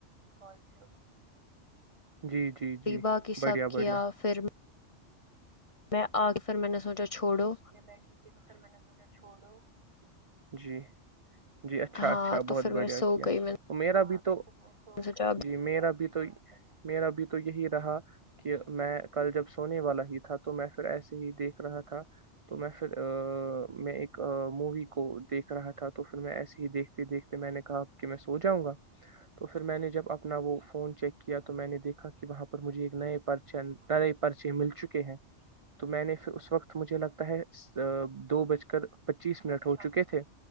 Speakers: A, on the right (about 50°); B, on the left (about 30°).
A: کولسو جی جی جی
B: باقی سب
A: بڑھیا
B: کیا
A: بڑھیا
B: پھر میں آ کے پھر میں نے سوچا چھوڑو
A: بیٹھ ت توھر مناس مٹا چھوڑو جی جی اچھا
B: ہاں
A: اچھا
B: تو
A: بہت
B: پھر میں
A: بڑھیا
B: سو
A: کیا
B: گئی میں
A: تو میرا بھی تو
B: نے سوچا اب
A: جی میرا بھی تو میرا بھی تو تو یہی رہا کہ میں کل جب سونے والا ہی تھا تو میں پھر ایسے ہی دیکھ رہا تھا تو میں پھر میں ایک مووی کو دیک رہا تھا تو پھر میں ایسے ہی دیکھ دیکھتے میں نے کہا کہ میں سو جاؤں گا تو پھر میں نے جب اپنا وہ فون چیک کیا تو میں نے دیکھا کہ وہاں پر مجھے ایک نئے نئے پرچے مل چکے ہیں تو میں نے پھر اس وقت مجھے لگتا ہے دو بج کر پچیس منٹ ہو چکے تھے